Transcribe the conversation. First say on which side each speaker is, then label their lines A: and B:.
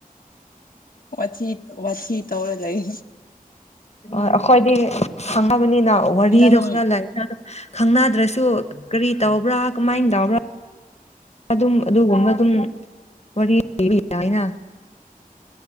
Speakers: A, on the left; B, on the left.
A: ꯋꯥꯊꯤ ꯋꯥꯊꯤ ꯇꯧꯔ ꯂꯩ
B: ꯍꯣꯏ ꯑꯩꯈꯣꯏꯗꯤ ꯈꯪꯉꯕꯅꯤꯅ ꯑꯧ ꯋꯥꯔꯤꯗꯣ
A: ꯅꯪ
B: ꯈꯔ ꯂꯥꯛ ꯈꯪꯅꯗ꯭ꯔꯁꯨ ꯀꯔꯤ ꯇꯧꯕ꯭ꯔꯥ ꯀꯃꯥꯏꯅ ꯇꯕ꯭ꯔꯥ ꯑꯗꯨꯝ ꯑꯗꯨꯒꯨꯝꯕ ꯑꯗꯨꯝ ꯋꯥꯔꯤ ꯑꯅ